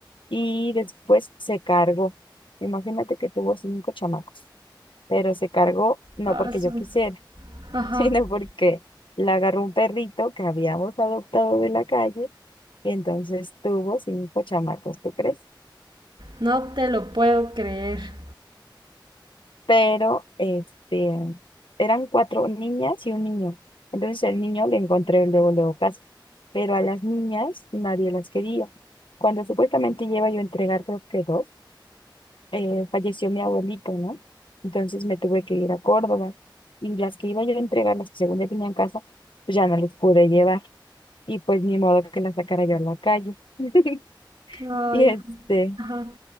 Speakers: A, on the left; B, on the right.
A: Y después se cargó. Imagínate que tuvo cinco chamacos, pero se cargó no
B: ah,
A: porque
B: su-
A: yo quisiera, <laughs>
B: ajá,
A: sino porque la agarró un perrito que habíamos adoptado de la calle y entonces tuvo cinco chamacos, ¿tú crees?
B: no te lo puedo creer.
A: pero este, eran cuatro niñas y un niño. Entonces el niño le encontré luego, luego casa, pero a las niñas nadie las quería. Cuando supuestamente lleva yo a entregar, creo que dos, eh, falleció mi abuelito, ¿no? Entonces me tuve que ir a Córdoba y las que iba yo a entregar, las que según ya tenía en casa, pues ya no les pude llevar. Y pues ni modo que las sacara yo a la calle. <laughs>
B: Ay,
A: Y este,
B: ajá,